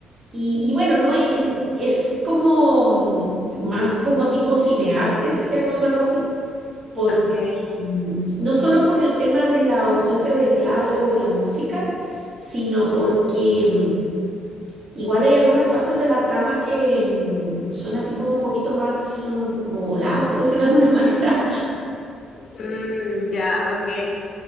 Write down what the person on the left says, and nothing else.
Ok.
Mm, ya, ok.